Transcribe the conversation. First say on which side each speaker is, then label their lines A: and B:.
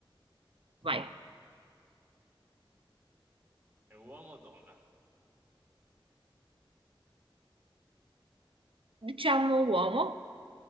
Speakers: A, on the right (about 75°); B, on the right (about 20°).
A: Vai.
B: È uomo o donna?
A: Diciamo uomo,